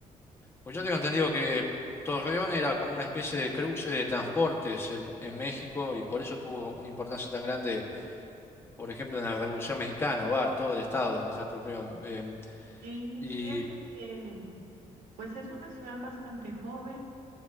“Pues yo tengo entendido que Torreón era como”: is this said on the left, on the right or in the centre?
Left